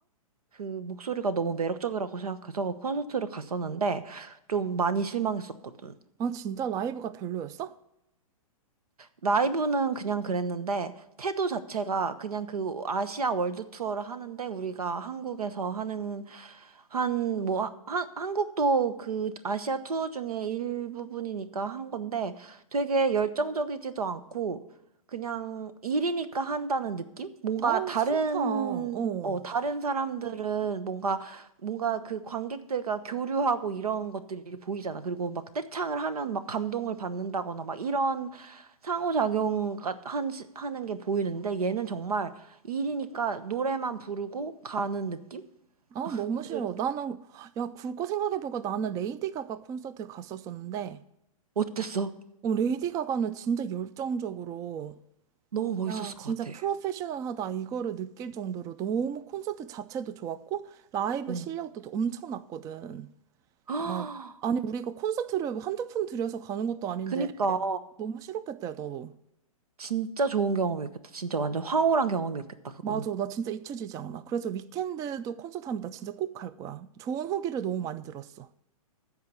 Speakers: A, on the right (about 85°); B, on the right (about 20°).
A: 그 목소리가 너무 매력적이라고 생각해서 콘서트를 갔었는데 좀 많이 실망했었거든.
B: 아 진짜 라이브가 별로였어?
A: 라이브는 그냥 그랬는데, 태도 자체가 그냥 그 아시아 월드 투어를 하는데, 우리가 한국에서 하는, 한, 뭐, 하- 한, 한국도 그 아시아 투어 중에 일부분이니까 한 건데, 되게 열정적이지도 않고, 그냥 일이니까 한다는 느낌? 뭔가
B: 어
A: 다른,
B: 싫다. 어.
A: 어, 다른 사람들은 뭔가, 뭔가 그 관객들과 교류하고 이런 것들이 보이잖아. 그리고 막 떼창을 하면 막 감동을 받는다거나 막 이런 상호작용 가 한, 시- 하는 게 보이는데 얘는 정말 일이니까 노래만 부르고 가는 느낌?
B: 아, 너무
A: 그래서
B: 싫어. 나는, 야, 그거 생각해보니까 나는 레이디 가가 콘서트에 갔었었는데,
A: 어땠어?
B: 어, 레이디 가가는 진짜 열정적으로,
A: 너무 멋있었을
B: 야,
A: 것
B: 진짜
A: 같아.
B: 프로페셔널하다, 이거를 느낄 정도로 너무 콘서트 자체도 좋았고, 라이브
A: 어.
B: 실력도 엄청났거든.
A: <gasps>
B: 아, 아니, 우리가 콘서트를 한두 푼 들여서 가는 것도 아닌데,
A: 그니까
B: 너무 싫었겠다, 야, 너.
A: 진짜 좋은 경험이었겠다. 진짜 완전 황홀한 경험이었겠다, 그거는.
B: 맞아, 나 진짜 잊혀지지 않아. 그래서 위켄드도 콘서트 하면 나 진짜 꼭 갈 거야. 좋은 후기를 너무 많이 들었어.